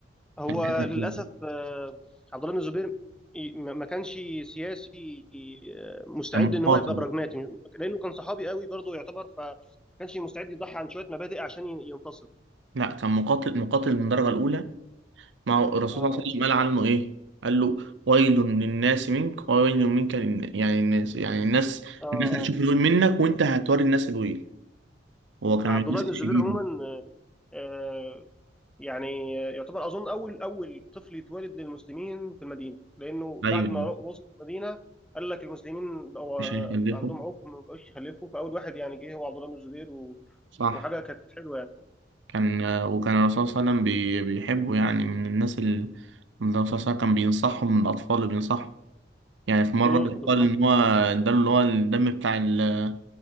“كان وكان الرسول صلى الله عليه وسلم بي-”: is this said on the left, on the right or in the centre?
Right